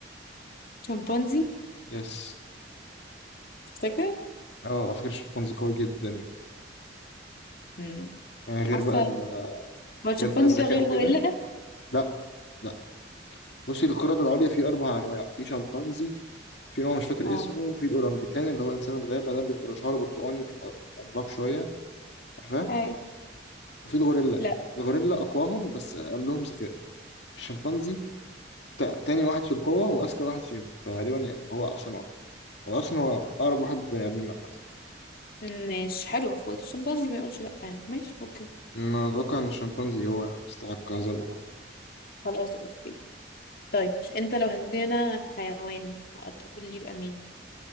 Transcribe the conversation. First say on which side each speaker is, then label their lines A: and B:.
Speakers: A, on the left; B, on the left.
A: شمبانزي
B: يس
A: تفتكر
B: اه على فكرة الشمبانزي قوي جدا
A: هم.
B: يعني غير
A: حاسة
B: بقى ال...
A: هو الشمبانزي
B: غير بقى الذكاء
A: ده غير
B: وكده
A: غوريلا
B: لا لا بصي القردة العليا فيه أربع أنواع في شمبانزي في نوع مش فاكر
A: اه
B: اسمه في الأورانجيتان اللي هو إنسان الغابة ده اللي بيبقى شعره برتقاني بيبقى عملاق شوية عارفاه
A: اي
B: وفي الغوريلا
A: لا
B: الغوريلا أقواهم بس أقلهم ذكاء الشمبانزي تا- تاني واحد في القوة وأذكى واحد فيهم فغالبا يعني هو أحسن واحد وأصلا هو أقرب واحد بني آدمين عامة
A: ماشي حلو برضه الشمبانزي ما يقولش لا يعني. ماشي اوكي
B: أنا أتوقع إن الشمبانزي هو يستحق هذا اللقب يعني
A: خلاص اوكي طيب انت لو هتدينا حيوان هتقول لي يبقى مين